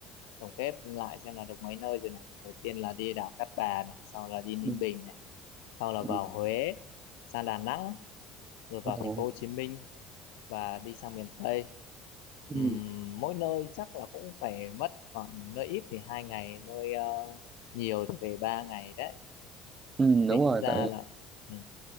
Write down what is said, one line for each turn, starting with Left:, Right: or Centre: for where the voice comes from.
Left: tổng kết lại xem là được mấy nơi rồi này đầu tiên là đi đảo Cát Bà này sau là đi Ninh
Right: ừ,
Left: Bình này sau là
Right: ừ,
Left: vào Huế sang Đà Nẵng rồi vào
Right: ồ,
Left: thành phố Hồ Chí Minh và đi sang miền Tây
Right: ừ,
Left: Ừm, mỗi nơi chắc là cũng phải mất khoảng nơi ít thì hai ngày nơi ờ, nhiều thì về ba ngày đấy
Right: ừ,
Left: tính
Right: đúng rồi
Left: ra
Right: tại vì
Left: là ừ,